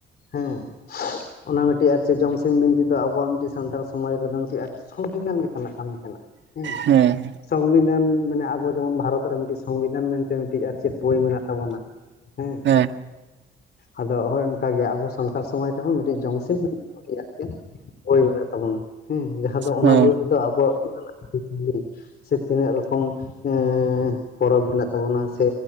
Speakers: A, on the left (about 55°); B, on the right (about 65°).
A: ᱦᱮᱸ ᱚᱱᱟ ᱢᱤᱫᱴᱤᱡ ᱟᱨ ᱪᱤ ᱡᱚᱢᱥᱤᱢ ᱵᱤᱱᱛᱤ ᱫᱚ ᱟᱵᱚᱣᱟᱜ ᱢᱤᱫᱴᱤᱡ ᱥᱟᱱᱛᱟᱲ ᱥᱚᱢᱟᱡᱽ ᱨᱮᱫᱚ ᱢᱤᱫᱴᱤᱡ ᱥᱚᱝᱵᱤᱫᱷᱟᱱ ᱞᱮᱠᱟᱱᱟᱜ ᱠᱟᱢᱤ ᱠᱟᱱᱟ ᱦᱮᱸ
B: ᱦᱮᱸ
A: ᱥᱚᱝᱵᱤᱫᱷᱟᱱ ᱢᱟᱱᱮ ᱟᱵᱚ ᱡᱮᱢᱚᱱ ᱵᱷᱟᱨᱚᱛ ᱨᱮ ᱢᱤᱫᱴᱤᱡ ᱥᱚᱝᱵᱤᱫᱷᱟᱱ ᱢᱮᱱᱛᱮ ᱢᱤᱫᱴᱮᱱ ᱟᱨ ᱪᱮᱫ ᱵᱳᱭ ᱢᱮᱱᱟᱜ ᱛᱟᱵᱚᱱᱟ᱾ ᱦᱮᱸ
B: <unintelligible>
A: ᱟᱫᱚ ᱦᱚᱭ ᱚᱱᱠᱟ ᱜᱮ ᱟᱵᱚ ᱥᱟᱱᱛᱟᱲ ᱥᱚᱢᱟᱡᱽ ᱨᱮᱦᱚᱸ ᱢᱤᱫᱴᱤᱡ ᱡᱚᱢᱥᱤᱢᱚᱱ <inaudible> ᱜᱮ ᱵᱳᱭ ᱢᱮᱱᱟᱜ ᱛᱟᱵᱚᱱᱟ ᱦᱮᱸ ᱡᱟᱦᱟᱸ ᱫᱚ ᱚᱱᱟ
B: ᱦᱮᱸ
A: ᱵᱳᱭ ᱨᱮᱫᱚ ᱟᱵᱚᱣᱟᱜ <unintelligible> ᱥᱮ ᱛᱤᱱᱟᱹᱜ ᱨᱚᱠᱚᱢ ᱮ ᱯᱚᱨᱚᱵᱽ ᱢᱮᱱᱟᱜ ᱛᱟᱵᱚᱱᱟ ᱥᱮ,